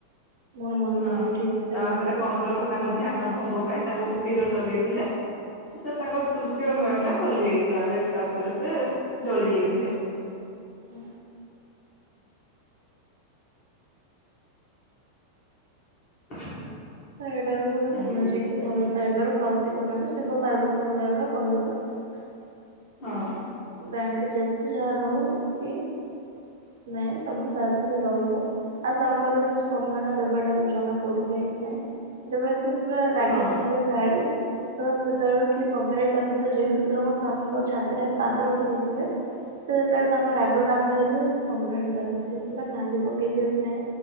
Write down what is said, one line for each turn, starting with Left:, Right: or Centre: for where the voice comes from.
Right: ମୋର ମନେ
Left: ହଁ
Right: ପଡ଼ୁନି ଠିକସେ
Left: ତାପରେ
Right: ଗୁମ୍ଫା
Left: କନ୍ଦର୍ପ ତାଙ୍କ ଧ୍ୟାନ ଭଙ୍ଗ ପାଇଁ ତାଙ୍କୁ ତୀର ଚଲେଇଥିଲା ସେତାଙ୍କ ନୟନଟା ଖୋଲି ଯାଇଥିଲା ତାପରେ ସେଜଳି ଯାଇଥିଲେ।
Right: ହୁଁ।
Left: <inaudible>
Right: ଏଇଟାକୁ ବୋଲି
Left: ଏମିତି
Right: କୁହାଯାଇ
Left: କିଛି
Right: କିଭଲ
Left: ଅଛି।
Right: ପାଇବାର ପ୍ରତୀକ ମାନେ ଶିବ ପାର୍ବତୀଙ୍କ ଆଗା କହିବା କଥା।
Left: ହଁ।
Right: ତାଙ୍କେ ଯେତେ ଯାହା ହଉକି ନାଇଁ ତମେ ସାଥିରେ ରହିବ। ଆଉ ତାଙ୍କର ଯୋଉ ସମ୍ମାନ ଦେବଟାବି ଜଣା ପଡ଼ୁ ଥାଏକି ନାଇଁ। ଏତେ ଜୋରେସେ ପୁରା ରାଗିକି
Left: ହଁ
Right: ଥିବେ। କାଳି ତସେତେବେଳେ କିଏ ସମ୍ଭାଳି ପାରିନଥାଏ ଯେହେତୁ ତାଙ୍କ ସ୍ଵାମୀଙ୍କ ଛାତିରେ ପାଦ ରଖି ଦେଇଥିବେ ସେଯେତେବେଳେ ତାଙ୍କ ରାଗ ଶାନ୍ତ ହେଇଥିବ ସେସମ୍ଭାଳି ପାରିନଥି ସେ ସେପୁରା କାନ୍ଦି ପକେଇଥିବେକି ନାଇଁ